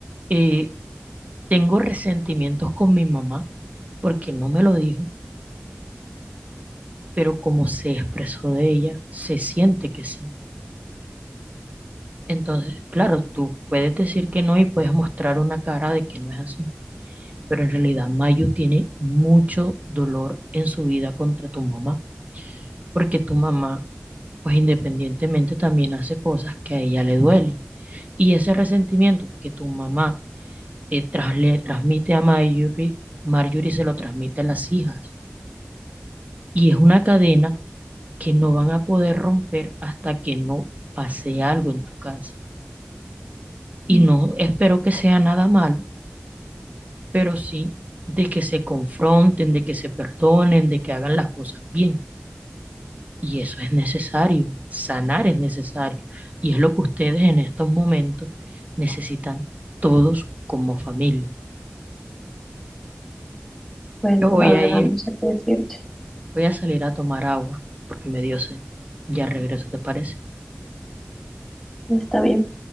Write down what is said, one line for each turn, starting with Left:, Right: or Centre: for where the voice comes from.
Right: eh, tengo resentimientos con mi mamá, porque no me lo dijo, pero como se expresó de ella, se siente que sí. Entonces, claro, tú puedes decir que no y puedes mostrar una cara de que no es así, pero en realidad Mayu tiene mucho dolor en su vida contra tu mamá, porque tu mamá, pues independientemente, también hace cosas que a ella le duele Y ese resentimiento que tu mamá eh, tras- le transmite a Marjorie, Marjorie se lo transmite a las hijas. Y es una cadena que no van a poder romper hasta que no pase algo en tu casa. Y
Centre: Mm,
Right: no espero que sea nada malo, pero sí de que se confronten, de que se perdonen, de que hagan las cosas bien. Y eso es necesario, sanar es necesario. Y es lo que ustedes en estos momentos necesitan todos como familia.
Centre: Pues
Right: Yo
Centre: la
Right: voy
Centre: verdad
Right: a ir
Centre: no sé qué decirte.
Right: Voy a salir a tomar agua porque me dio sed. Ya regreso, ¿te parece?
Centre: Está bien.